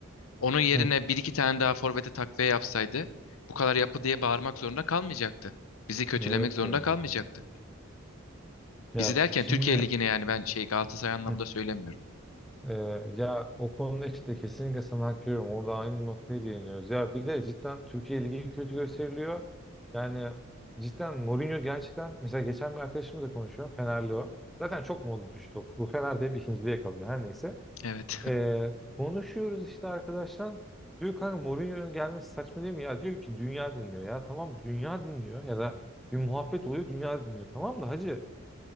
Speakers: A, on the left; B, in the centre.
A: Onun yerine
B: hı.
A: bir iki tane daha forvete takviye yapsaydı bu kadar yapı diye bağırmak zorunda kalmayacaktı. Bizi kötülemek
B: Evet
A: zorunda
B: ya.
A: kalmayacaktı.
B: Ya
A: Bizi derken
B: şimdi
A: Türkiye Ligi'ne yani ben şey Galatasaray anlamda
B: hı.
A: söylemiyorum.
B: Ee, ya o konuda işte kesinlikle sana hak veriyorum. Orada aynı noktaya değiniyoruz. Ya bir de cidden Türkiye Ligi kötü gösteriliyor. Yani cidden Mourinho gerçekten mesela geçen bir arkadaşımla konuşuyorum. Fenerli o. Zaten çok modu düştü. o. Bu Fener de hep ikinciliğe kalıyor. Her neyse.
A: Evet.
B: Ee, konuşuyoruz işte arkadaşlar. Diyor kanka Mourinho'nun gelmesi saçma değil mi? Ya diyor ki dünya dinliyor. Ya tamam dünya dinliyor. Ya da bir muhabbet oluyor dünya dinliyor. Tamam da hacı